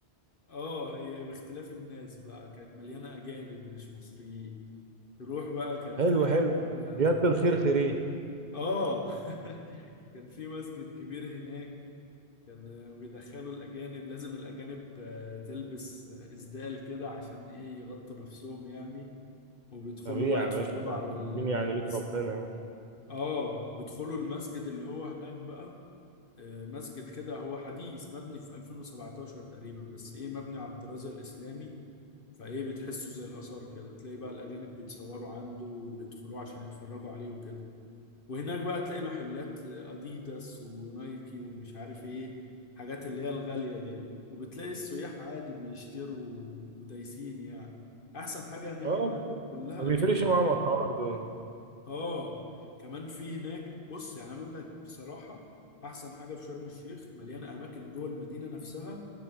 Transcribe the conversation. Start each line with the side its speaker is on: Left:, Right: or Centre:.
Left: اه هي باختلاف الناس بقى كانت مليانة أجانب مش مصريين تروح بقى كانت
Right: حلو
Left: حتة
Right: حلو
Left: كده
Right: زياده الخير خيرين
Left: اه <laughs> كان في مسجد كبير هناك كان بيدخلوا الأجانب لازم الأجانب آه، تلبس آه، إسدال كده عشان ايه يغطوا نفسهم يعني وبيدخلوا
Right: طبيعي
Left: بقى يتفرجوا
Right: يا باشا ده
Left: على
Right: انتوا
Left: المسجد
Right: داخلين يعني بيت ربنا يعني
Left: اه وبيدخلوا المسجد اللي هو هناك بقى آه، مسجد كده هو حديث مبني في 2017 تقريبا بس ايه مبني على الطراز الإسلامي فايه بتحسه زي الآثار كده تلاقي بقى الأجانب بيتصوروا عنده وبيدخلوه عشان يتفرجوا عليه وكده وهناك بقى تلاقي محلات آه، أديداس ونايكي ومش عارف ايه حاجات اللي هي الغالية دي وبتلاقي السياح عادي بيشتروا ودايسين يعني أحسن حاجة هناك
Right: اه
Left: إنها كلها
Right: ما بيفرقش
Left: أجانب
Right: معاهم اسعار دول
Left: اه كمان في هناك بص يعني انا بقول لك بصراحه احسن حاجه في شرم الشيخ مليانه اماكن جوه المدينه نفسها